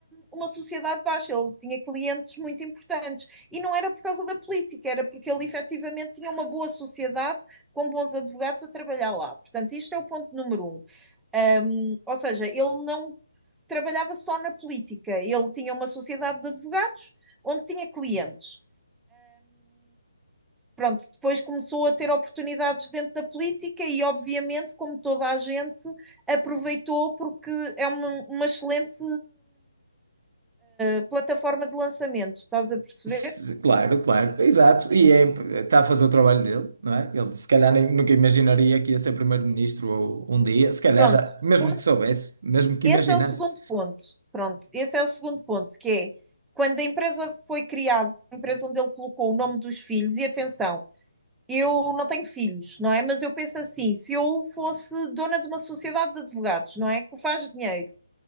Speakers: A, in the centre; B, on the right (about 55°).
A: uma sociedade baixa, ele tinha clientes muito importantes. E não era por causa da política, era porque ele efetivamente tinha uma boa sociedade com bons advogados a trabalhar lá. Portanto, isto é o ponto número um. Um, ou seja, ele não trabalhava só na política, ele tinha uma sociedade de advogados onde tinha clientes. Pronto, depois começou a ter oportunidades dentro da política e, obviamente, como toda a gente, aproveitou porque é uma, uma excelente uh, plataforma de lançamento, estás a perceber?
B: Se- Claro, claro, exato. E é imp- está a fazer o trabalho dele, não é? Ele se calhar nem- nunca imaginaria que ia ser primeiro-ministro ou- um dia, se calhar
A: Pronto,
B: já, mesmo
A: ponto.
B: que soubesse, mesmo que
A: Esse
B: imaginasse.
A: é o segundo ponto. Pronto, esse é o segundo ponto, que é quando a empresa foi criada, a empresa onde ele colocou o nome dos filhos, e atenção, eu não tenho filhos, não é? Mas eu penso assim: se eu fosse dona de uma sociedade de advogados, não é? Que faz dinheiro